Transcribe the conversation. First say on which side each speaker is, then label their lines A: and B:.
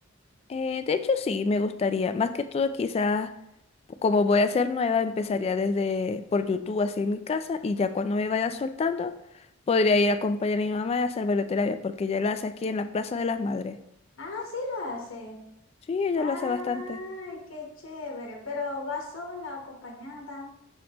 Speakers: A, on the left (about 30°); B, on the left (about 80°).
A: Eh, de hecho, sí, me gustaría. Más que todo, quizás, como voy a ser nueva, empezaría desde por YouTube, así en mi casa, y ya cuando me vaya soltando, podría ir a acompañar a mi mamá a hacer bailoterapia, porque ella la hace aquí en la Plaza de las Madres.
B: Ah, sí lo hace.
A: Sí, ella
B: Ay,
A: lo hace bastante.
B: qué chévere. Pero va sola, acompañada.